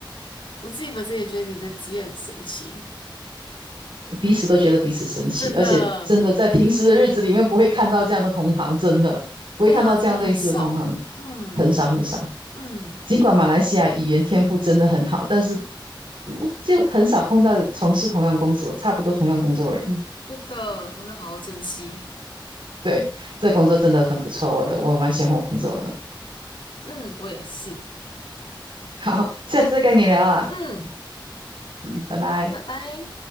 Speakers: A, on the left; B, on the right.
A: 我自己本身也觉得你的职业很神奇。
B: 彼此都觉得彼此神奇，
A: 真的，
B: 而且真的在平时的日子里面不会看到这样的同行，真的不会看到这样类似的同行，
A: 对啊，真的很少。嗯
B: 很少很少。
A: 嗯，
B: 尽管马来西亚语言天赋真的很好，但是嗯就很少碰到从事同样工作、差不多同样工作的人。
A: 真的，我们要好好珍惜。
B: 对，这工作真的很不错，我的我蛮喜欢我工作的。
A: 嗯，我也是。
B: 好，下次再跟你聊啊，
A: 嗯，
B: 嗯，
A: 好的，
B: 拜拜。
A: 拜拜。